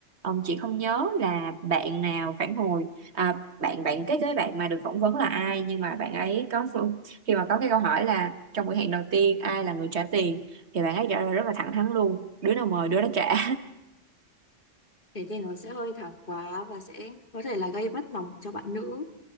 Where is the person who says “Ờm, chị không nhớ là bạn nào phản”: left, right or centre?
Right